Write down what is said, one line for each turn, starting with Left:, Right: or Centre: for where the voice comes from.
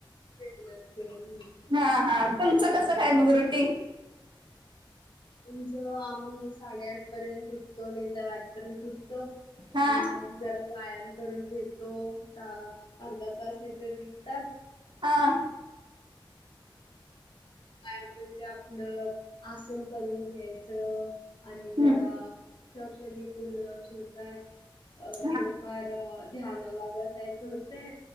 Left: <unintelligible>
Right: हा हा. तुमचं कसं काय मग रुटीन?
Left: आमचं आम्ही साडेआठ पर्यंत उठतो. नाही तर आठ- पर्यंत उठतो.
Right: हा
Left: मग - जरा व्यायाम करून घेतो. अर्धा तास नाही तर एक तास-
Right: हा.
Left: व्यायाम म्हणजे आपलं आसन करून घ्यायचं- आणि जरा
Right: हम्म,
Left: <unintelligible>
Right: हा
Left: थोडंफार- ध्यानाला बसायचं होतंय.